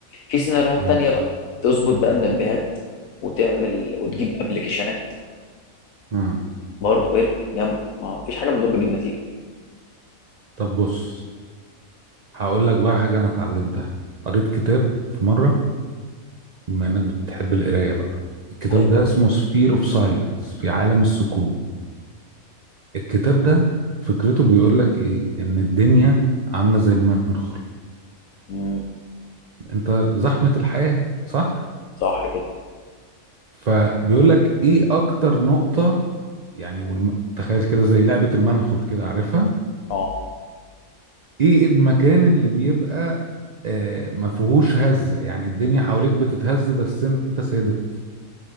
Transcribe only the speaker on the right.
ماشي
اه
طب بص هقول لك بقى حاجه انا اتعلمتها قريت كتاب في مره بما انك بتحب القرايه بقى الكتاب
ده
اسمه سفير اوف سايلنس في عالم السكون الكتاب ده فكرته بيقول لك ايه ان الدنيا عامله زي المنخل
انت زحمه الحياه صح
فبيقول لك ايه اكتر نقطه يعني والم... تخيل كده زي لعبه المنخل كده عارفها
ايه المكان اللي بيبقى آه، ما فيهوش هزة يعني الدنيا حواليك بتتهز بس انت ثابت